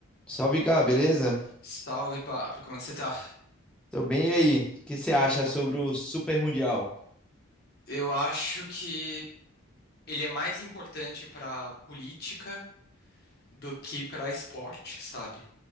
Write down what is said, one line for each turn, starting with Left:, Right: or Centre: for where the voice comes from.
Centre: Salve, cá, beleza?
Left: Salve, papi, como é que você tá?
Centre: Tô bem, e aí? O que você acha
Left: De boa.
Centre: sobre o Super Mundial?
Left: Eu acho que ele é mais importante pra política do que pra esporte, sabe?